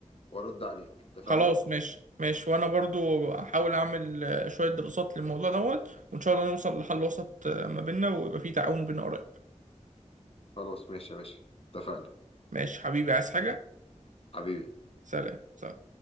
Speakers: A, on the left (about 50°); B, on the right (about 75°).
A: وارد عليك اتفقنا
B: خلاص ماشي ماشي وأنا برضو أحاول أعمل آه، شوية دراسات للموضوع دوت وإن شاء الله نوصل لحل وسط آه، ما بيننا ويبقى فيه تعاون بين آراء
A: خلاص ماشي يا باشا اتفقنا
B: ماشي حبيبي عايز حاجة
A: حبيبي
B: سلام سلام